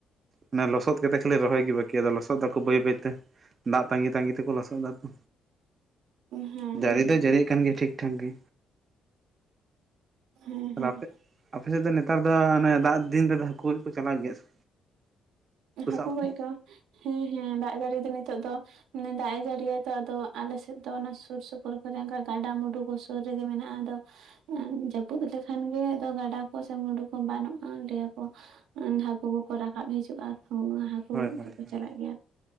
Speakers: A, on the right (about 40°); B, on the right (about 90°).
A: ᱢᱟᱱᱮ ᱞᱚᱥᱚᱫ ᱱᱤᱛᱚᱜ ᱫᱚ ᱠᱷᱟᱹᱞᱤ ᱨᱚᱦᱚᱭ ᱜᱮ ᱵᱟᱹᱠᱤ ᱟᱫᱚ ᱞᱚᱥᱚᱫ ᱫᱟᱠᱩ ᱵᱟᱹᱭ ᱵᱟᱹᱭ ᱛᱮ ᱫᱟᱜ ᱛᱟᱺᱜᱤ ᱛᱟᱺᱜᱤ ᱛᱮᱠᱚ ᱞᱚᱥᱚᱫ ᱫᱟ ᱛᱚ
B: ᱦᱮᱸ
A: ᱡᱟᱹᱲᱤ ᱫᱚᱭ ᱡᱟᱹᱲᱤᱭᱮᱜ ᱠᱟᱱ ᱜᱮᱭᱟ ᱴᱷᱤᱠ ᱴᱷᱟᱠ ᱜᱮ
B: ᱦᱮᱸ
A: ᱛᱟᱦᱚᱞᱮ
B: ᱦᱮᱸ
A: ᱟᱯᱮ ᱟᱯᱮ ᱥᱮᱜ ᱫᱚ ᱱᱮᱛᱟᱨ ᱫᱚ ᱢᱟᱱᱮ ᱫᱟᱜ ᱫᱤᱱ ᱨᱮᱫᱚ ᱦᱟᱹᱠᱩ ᱜᱚᱡ ᱠᱩ ᱪᱟᱞᱟᱜ ᱜᱮᱭᱟ ᱥᱮ
B: ᱦᱟᱹᱠᱩ
A: ᱥᱟᱵ
B: ᱜᱚᱡ
A: ᱠᱚ
B: ᱠᱩ ᱦᱮᱸ ᱦᱮᱸ ᱫᱟᱜ ᱡᱟᱹᱲᱤ ᱫᱚ ᱱᱤᱛᱚᱜ ᱫᱚ ᱢᱟᱱᱮ ᱫᱟᱜ ᱮ ᱡᱟᱹᱲᱤᱭᱟᱭ ᱛᱚ ᱟᱫᱚ ᱟᱞᱮ ᱥᱮᱫ ᱫᱚ ᱚᱱᱟ ᱥᱩᱨ ᱥᱩᱯᱩᱨ ᱠᱚᱨᱮ ᱜᱟᱰᱟᱼᱢᱩᱰᱩ ᱠᱚᱥ ᱥᱩᱨ ᱨᱮᱜᱮ ᱢᱮᱱᱟᱜᱼᱟ ᱟᱫᱚ ᱮᱸᱜ ᱡᱟᱹᱯᱩᱫ ᱞᱮᱠᱷᱟᱱ ᱜᱮ ᱟᱫᱚ ᱜᱟᱰᱟ ᱠᱚ ᱥᱮ ᱢᱩᱰᱩ ᱠᱚ ᱵᱟᱱᱚᱜᱼᱟ ᱞᱟᱹᱭᱟ ᱠᱚ ᱟᱸ ᱦᱟᱹᱠᱩ ᱠᱚᱠᱚ ᱨᱟᱠᱟᱵ ᱦᱤᱡᱩᱜᱼᱟ ᱛᱚ ᱦᱟᱹᱠᱩ
A: ᱦᱳᱭ
B: ᱜᱚᱡ
A: ᱦᱳᱭ
B: ᱫᱚᱠᱩ
A: ᱦᱳᱭ
B: ᱪᱟᱞᱟᱜ ᱜᱮᱭᱟ